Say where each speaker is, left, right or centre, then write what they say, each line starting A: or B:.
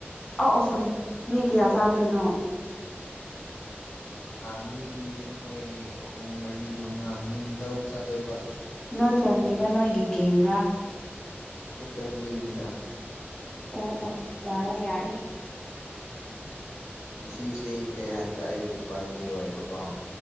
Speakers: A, on the left; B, on the left.
A: ꯑꯧ ꯑꯣ
B: ꯑꯥ
A: ꯁꯣꯔꯤ ꯃꯤ ꯀꯌꯥ ꯆꯥꯗꯣꯏꯅꯣ
B: ꯃꯤ ꯑꯩꯈꯣꯏ ꯑꯍꯨꯝ ꯃꯔꯤ ꯃꯉꯥ ꯃꯤ ꯇꯔꯨꯛ ꯆꯥꯗꯣꯏꯕ
A: ꯅꯣꯏ ꯐꯦꯃꯤꯂꯤꯔꯥ ꯅꯣꯏꯒꯤ ꯒꯦꯡꯔꯥ
B: ꯑꯩꯈꯣꯏ ꯐꯦꯃꯤꯂꯤꯅꯤꯗ
A: ꯑꯣ ꯑꯣ ꯌꯥꯥꯔꯦ ꯌꯥꯔꯦ
B: ꯉꯁꯤꯁꯦ ꯀꯩ ꯍꯥꯏꯁꯦꯔꯥ ꯑꯩꯒꯤ ꯕꯥ꯭ꯔꯠꯗꯦ ꯑꯣꯏꯕꯀꯣ